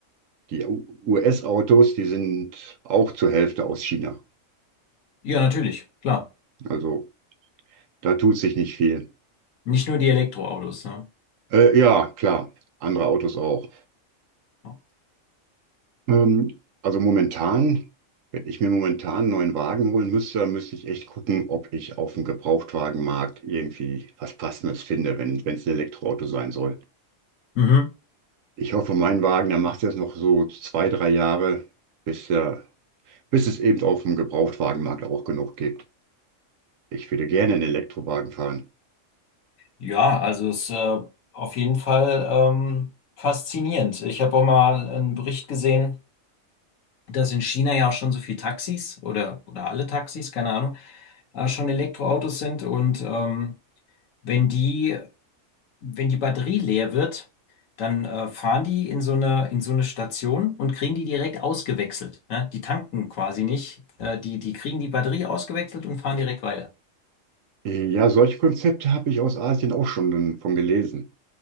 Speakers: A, on the right; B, on the left.
A: die U- US-Autos, die sind auch zur Hälfte aus China.
B: Ja, natürlich, klar.
A: Also da tut sich nicht viel.
B: Nicht nur die Elektroautos, ne?
A: Äh, ja, klar, andere Autos auch.
B: Ja.
A: Ähm, also momentan, wenn ich mir momentan einen neuen Wagen holen müsste, dann müsste ich echt gucken, ob ich auf dem Gebrauchtwagenmarkt irgendwie was Passendes finde, wenn wenn es ein Elektroauto sein soll.
B: Mhm.
A: Ich hoffe, mein Wagen, der macht jetzt noch so zwei, drei Jahre, bis, er, bis es eben auf dem Gebrauchtwagenmarkt auch genug gibt. Ich würde gerne einen Elektrowagen fahren.
B: Ja, also es ist äh, auf jeden Fall ähm, faszinierend. Ich habe auch mal einen Bericht gesehen, dass in China ja auch schon so viele Taxis oder, oder alle Taxis, keine Ahnung, äh, schon Elektroautos sind. Und ähm, wenn die wenn die Batterie leer wird, dann äh, fahren die in so eine, in so eine Station und kriegen die direkt ausgewechselt. Ne? Die tanken quasi nicht. Äh, die, die kriegen die Batterie ausgewechselt und fahren direkt weiter.
A: Ja, solche Konzepte habe ich aus Asien auch schon von gelesen.